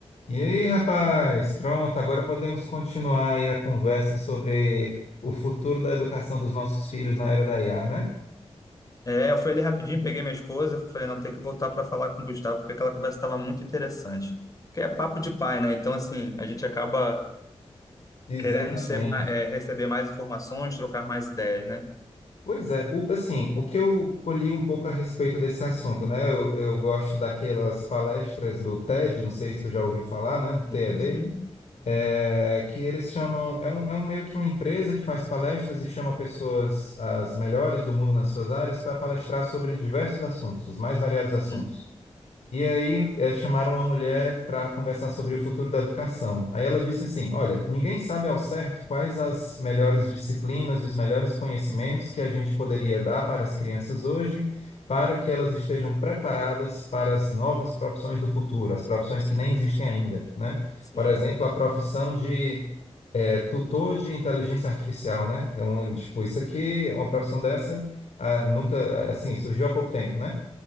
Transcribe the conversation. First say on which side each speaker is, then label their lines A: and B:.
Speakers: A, on the left; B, on the left.
A: E aí, rapaz? Pronto, agora podemos continuar aí a conversa sobre o futuro da educação dos nossos filhos na era da IA, né?
B: É, eu fui ali rapidinho, peguei minha esposa, falei, não, tem que voltar para falar com o Gustavo, porque aquela conversa estava muito interessante. Porque é papo de pai, né? Então, assim, a gente acaba
A: Exatamente.
B: querendo ser, ma- é, receber mais informações, trocar mais ideias, né?
A: Pois é, o- assim, o que eu colhi um pouco a respeito desse assunto, né? Eu, eu gosto daquelas palestras do TED, não sei se tu já ouviu falar, né? Do TED,
B: Sim, sim.
A: é, que eles chamam, é um, é um meio que uma empresa que faz palestras e chama pessoas as melhores do mundo nas suas áreas para palestrar sobre diversos assuntos, os mais variados
B: Uhum.
A: assuntos. E aí eh, chamaram uma mulher para conversar sobre o futuro da educação. Aí ela disse assim: Olha, ninguém sabe ao certo quais as melhores disciplinas e os melhores conhecimentos que a gente poderia dar para as crianças hoje, para que elas estejam preparadas para as novas profissões do futuro, as profissões que nem existem ainda, né?
B: Sim.
A: Por exemplo, a profissão de eh, tutor de inteligência artificial, né? Então, tipo, isso aqui, é uma profissão dessa, ah, nunca, assim, surgiu há pouco tempo, né?